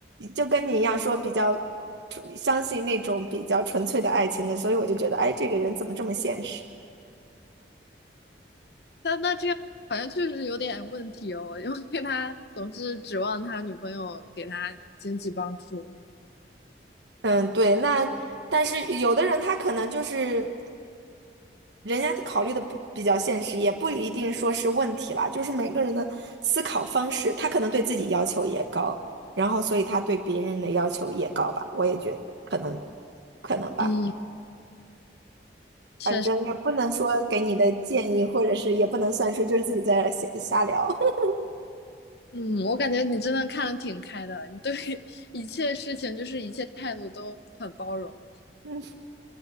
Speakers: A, on the right; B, on the left.
A: 就跟你一样说比较纯相信那种比较纯粹的爱情的，所以我就觉得，哎，这个人怎么这么现实？
B: 那那这样好像确实有点问题哦，因为他总是指望他女朋友给他经济帮助。
A: 嗯，对，那但是有的人他可能就是。人家考虑的比比较现实，也不一定说是问题啦，就是每个人的思考方式，他可能对自己要求也高，然后所以他对别人的要求也高吧，我也觉得可能，可能吧，
B: 嗯，确实。
A: 反正也不能说给你的建议，或者是也不能算数，就是自己在这儿瞎瞎聊，<laughs>
B: 嗯，我感觉你真的看得挺开的，你对 <laughs> 一切事情就是一切态度都很包容。
A: 嗯，